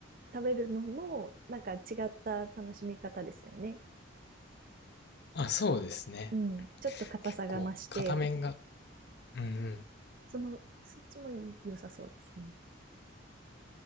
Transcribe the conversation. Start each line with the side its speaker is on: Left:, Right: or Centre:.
Right: 食べるのも、なんか違った楽しみ方ですよね。
Left: あ、そうですね。
Right: うん。ちょっと硬さが増して、
Left: 結構、片面が、うんうん。
Right: その、そっちも良さそうですね。